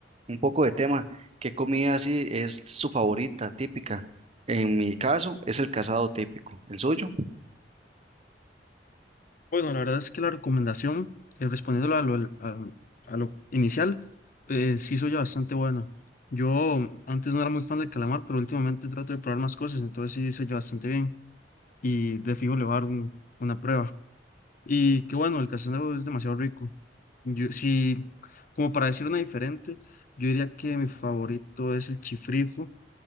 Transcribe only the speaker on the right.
poco de tema, ¿qué comida así es su favorita típica? En mi caso es el casado típico, ¿el suyo?